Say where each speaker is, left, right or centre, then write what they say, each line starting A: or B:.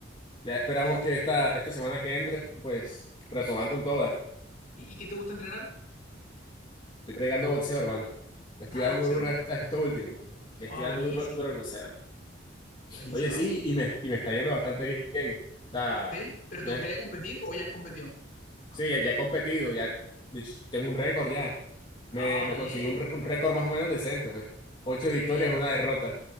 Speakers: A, on the left; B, on the left.
A: ya esperamos
B: Sí.
A: que esta, esta semana que entre, pues retomar con toda.
B: ¿Y, y qué te gusta entrenar?
A: Estoy pregando boxeo, hermano. Le estoy
B: Ah,
A: dando
B: boxeo.
A: duro a esta- a esto último. Le
B: Ah,
A: estoy
B: buenísima,
A: dando duro, duro al boxeo.
B: buenísima,
A: Oye, sí,
B: buenísima.
A: y me, y me está yendo bastante bien. O sea,
B: ¿Sí? ¿Pero te
A: me-
B: gustaría competir o ya has competido?
A: sí, ya, ya he competido, ya de hecho, tengo un récord ya.
B: Ah,
A: Me, me
B: bien,
A: conseguí un, re- un récord más o menos decente, pues. Ocho
B: qué
A: victorias,
B: bien.
A: una derrota.